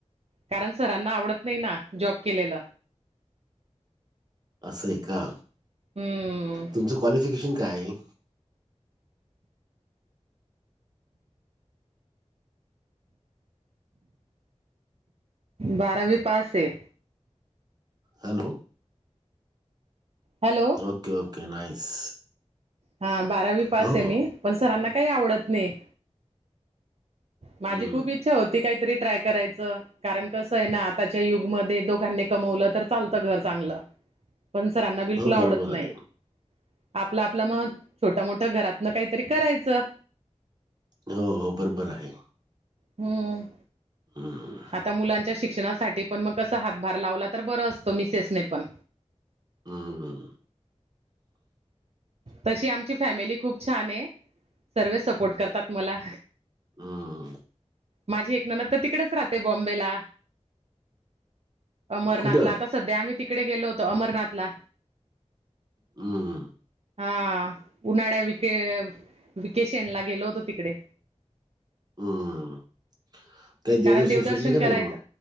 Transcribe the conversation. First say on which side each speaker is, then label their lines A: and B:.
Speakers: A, on the right; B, on the right.
A: कारण सरांना आवडत नाही ना जॉब केलेलं.
B: असं आहे का,
A: हम्म
B: तुमचं क्वालिफिकेशन काय आहे?
A: बारावी पास आहे.
B: Hello.
A: Hello.
B: Okay okay nice.
A: हा बारावी पास
B: हो
A: आहे
B: हो
A: मी, पण सरांना काही आवडत नाही.
B: हम्म.
A: माझी खूप इच्छा होती काहीतरी ट्राय करायचं. कारण कसं आहे ना आताच्या युगमध्ये दोघांनी कमवलं तर चालतं घर चांगलं. पण सरांना बिलकुल
B: हो
A: आवडत
B: बरोबर
A: नाही.
B: आहे
A: आपला आपलं मग छोटं मोठं घरातनं काहीतरी करायचं.
B: हो हो बरोबर आहे.
A: हम्म.
B: हम्म.
A: आता मुलांच्या शिक्षणासाठी पण मग कस हातभार लावला, तर बरं असतं मिसेसनी पण.
B: हम्म हम्म.
A: तशी आमची फॅमिली खूप छान आहे. सर्व सपोर्ट करतात मला.
B: हम्म.
A: माझी एक नणंद तर तिकडेच राहते बॉम्बेला अमरनाथला.
B: कुठं?
A: आता सध्या आम्ही तिकडे गेलो होतो अमरनाथला.
B: हम्म हम्म.
A: हा उन्हाळ्या विके-विकेशनला गेलो होतो तिकडे.
B: हम्म. काही देवदर्शन
A: कारण
B: फिरले का
A: करायचं
B: नाही मग?